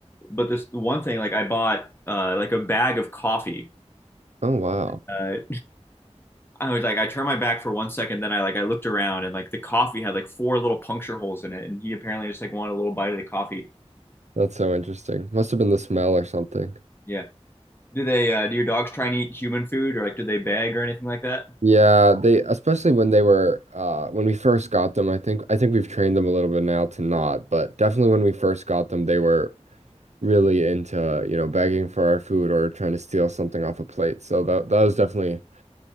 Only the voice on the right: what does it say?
Oh wow,
that's so interesting. Must have been the smell or something.
Yeah, they especially when they were uh when we first got them, I think I think we've trained them a little bit now to not, but definitely when we first got them, they were really into, you know, begging for our food or trying to steal something off a plate. So that that was definitely